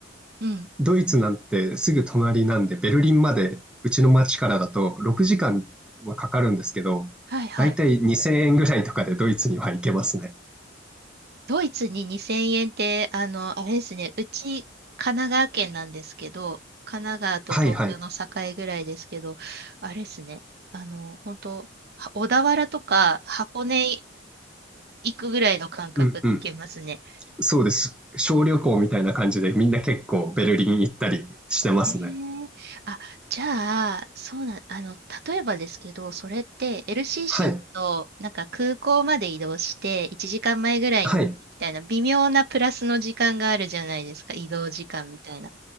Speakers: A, on the right (about 55°); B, in the centre.
A: うん。
B: ドイツなんてすぐ隣なんで、ベルリンまで、うちの町からだと6時間はかかるんですけど、
A: はいはい。
B: だいたい2000円ぐらいとかでドイツには行けますね。
A: ドイツに2000円って、あの、あれですね。うち、神奈川県なんですけど、神奈川と東京の境ぐらいですけど、
B: はいはい。
A: あれですね。あの、本当は小田原とか箱根行くぐらいの感覚で行けますね。
B: うんうん。そうです。小旅行みたいな感じで、みんな結構ベルリン行ったりしてますね。
A: えー、あ、じゃあ、そうなん、あの、例えばですけど、それって LCC
B: はい。
A: となんか空港まで移動して1時間前ぐらいにみたいな微妙なプラスの時間があるじゃないですか、
B: はい。
A: 移動時間みたいな。っ